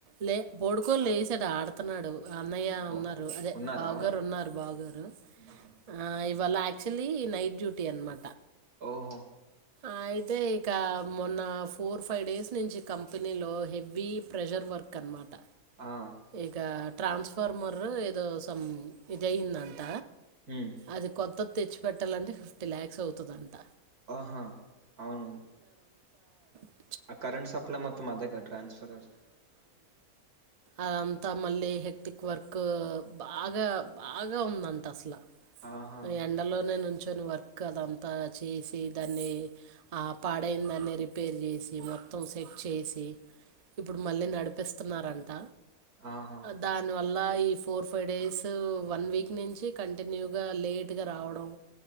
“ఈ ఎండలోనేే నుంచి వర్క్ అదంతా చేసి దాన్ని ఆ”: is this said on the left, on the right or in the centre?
Right